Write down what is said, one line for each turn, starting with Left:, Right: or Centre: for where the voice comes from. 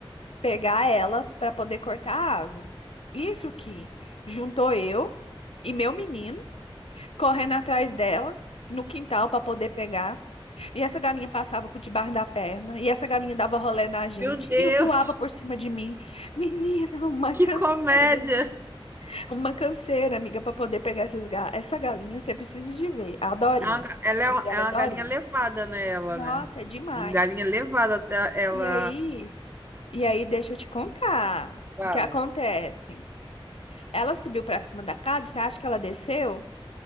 Left: pegar ela para poder cortar a asa. Isso que juntou eu e meu menino correndo atrás dela no quintal para poder pegar. E essa galinha passava por debaixo da perna, e essa galinha dava rolê na gente
Right: Meu Deus,
Left: e voava por cima de mim. Menina, uma
Right: <laughs>
Left: canseira,
Right: que comédia.
Left: uma canseira, amiga, para poder pegar essas ga essa galinha, você precisa de ver, a Dorinha.
Right: É uma ga-
Left: O
Right: Ela é
Left: nome
Right: uma,
Left: dela
Right: é uma
Left: é Dorinha.
Right: galinha levada, né, ela,
Left: Nossa,
Right: né?
Left: é demais.
Right: Galinha levada, até ela...
Left: E aí, e aí deixa eu te contar
Right: ela
Left: o que acontece. Ela subiu pra cima da casa, você acha que ela desceu?